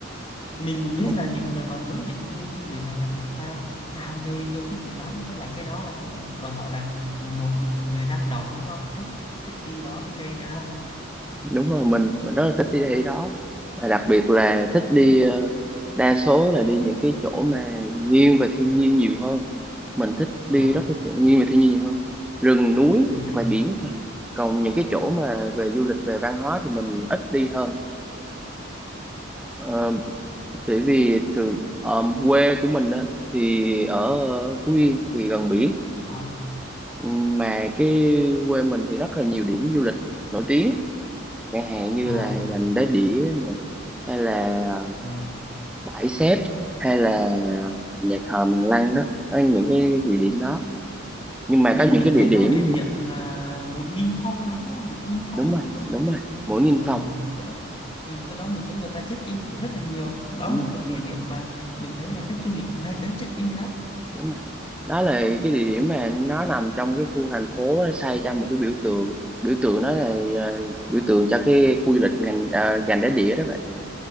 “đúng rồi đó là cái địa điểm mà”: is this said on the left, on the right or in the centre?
Centre